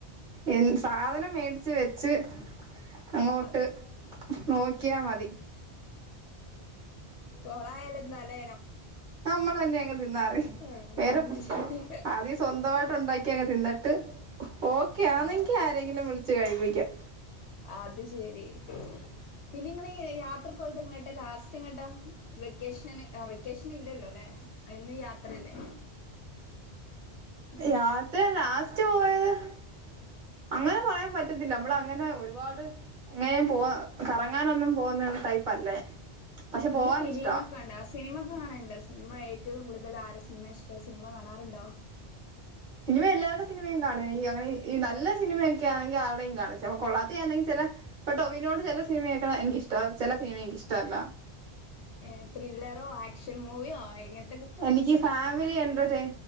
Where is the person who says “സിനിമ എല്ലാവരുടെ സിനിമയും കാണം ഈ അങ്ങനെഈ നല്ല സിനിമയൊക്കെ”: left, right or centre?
Right